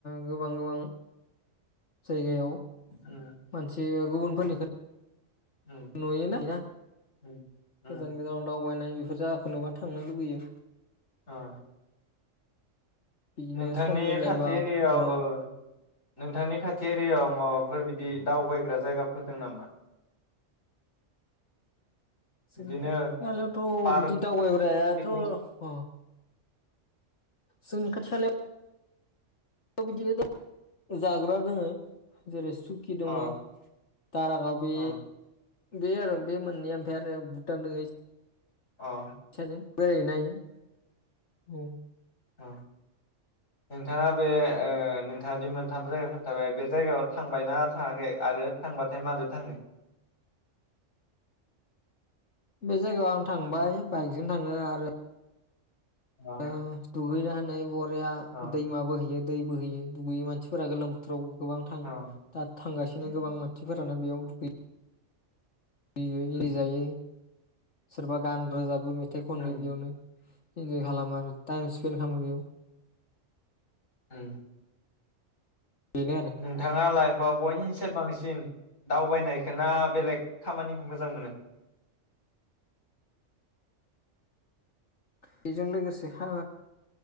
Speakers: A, on the left (about 65°); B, on the left (about 80°).
A: गोबां गोबां जायगायाव
B: उम
A: मोनसे ओ गुबुनफोरनिखो
B: उम
A: नुयो ना
B: उम
A: गोजान
B: उम
A: गोजानाव दावबायनाय बेफोर जायगाखो नुबा थांनो लुबैयो
B: औ
A: बिदिनो
B: नोंथांनि
A: सम मिलायबा
B: खाथि एरियायाव
A: आरो
B: ओ नोंथांनि खाथि एरियायाव माबाफोर बिदि दावबायग्रा जायगाफोर दं नामा
A: जोंनि
B: बिदिनो
A: खाथि खालायावथ‌
B: पार्क
A: बिदि दावबायग्रायाथ
B: पिकनिक
A: अह जोंनि खाथि खालायाव बिदिनो जाग्रा दङ जेरै सुकि दङो
B: अ
A: दारागाव बे
B: अ
A: बे आरो बे मोननैया ओमफ्राय आरो भुतान दङ
B: अ
A: सादों बोरायो ना इयो <inaudible> औ
B: अ नोंथाङा बे ओ नोंथाङ दि मोनथाम जायगा खोन्थाबाय बे जायगायाव थांबाय ना थाङाखै आरो थांबाथाय मारै थाङो
A: बे जायगायाव आं थांबाय बाइकजों थाङो आरो
B: अ
A: दा दुगै जाहोनाय बरिया
B: अ
A: दैमा बोहोयो दै बोहोयो दुगैयो मानसिफोरा गोलोम बोथोराव गोबां थाङो
B: अ
A: दा थांगासिनो
B: उम
A: गोबां मानसिफोरानो बेयाव दुगैयो एयो
B: उम
A: एरि जायो सोरबा गान रोजाब बो मेथाइ खनो
B: उम
A: बेयावनो इन्जय खालामो आरो टाइम सिपेन्द खालामो बेयाव
B: उम
A: बेनो आरो
B: नोंथाङा लाइफआव बयनिसाय बांसिन दावबायनायखौ ना बेलेग खामानिखौ मोजां मोनो
A: बेजों लोगोसे ओ